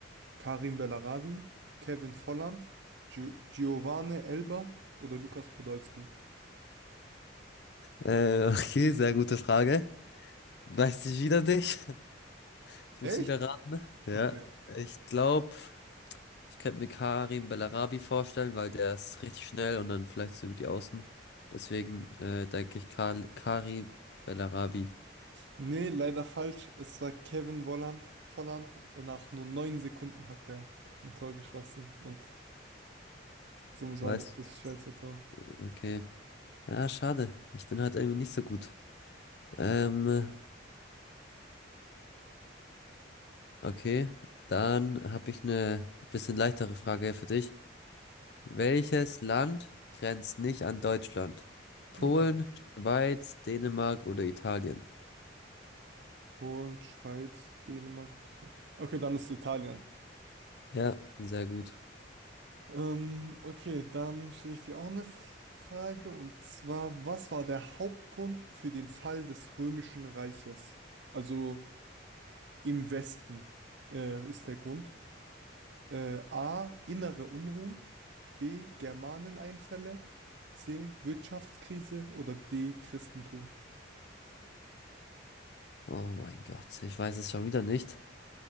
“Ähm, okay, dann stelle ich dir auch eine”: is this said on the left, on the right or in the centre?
Right